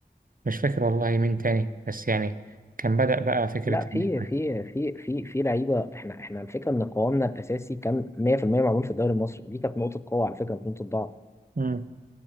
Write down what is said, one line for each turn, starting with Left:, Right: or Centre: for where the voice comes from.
Right: مش فاكر والله مين تاني بس يعني كان بدأ بقى فكرة
Left: لا في
Right: إن إحنا
Left: في في في في لعيبه احنا احنا الفكره ان قوامنا الاساسي كان 100% معمول في الدوري المصري دي كانت نقطه قوه على فكره مش نقطه ضعف
Right: مم.